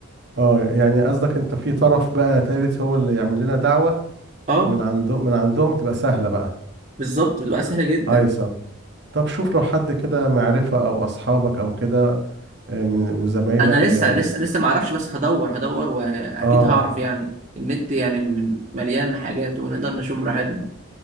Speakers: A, on the right; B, on the right.
A: اه يعني قصدك انت في طرف بقى تالت هو اللي يعمل لنا دعوه
B: اه
A: من عنده من عندهم تبقى سهله بقى
B: بالظبط بتبقى
A: آه،
B: سهله جدا
A: ايسر طب شوف لو حد كده معرفه او اصحابك او كده آه، من وزمايلك
B: انا لسه لسه لسه ما اعرفش بس هدور هدور واكيد
A: اه
B: هعرف
A: آه،
B: يعني النت يعني مليان حاجات ونقدر نشوف براحتنا